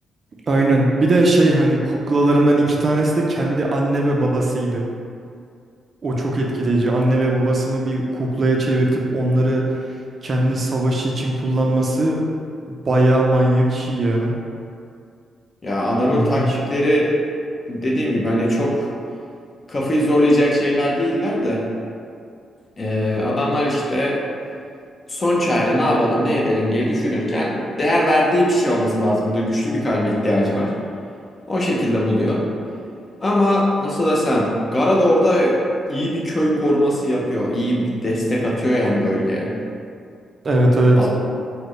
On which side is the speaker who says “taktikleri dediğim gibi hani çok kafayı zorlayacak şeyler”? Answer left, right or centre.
Left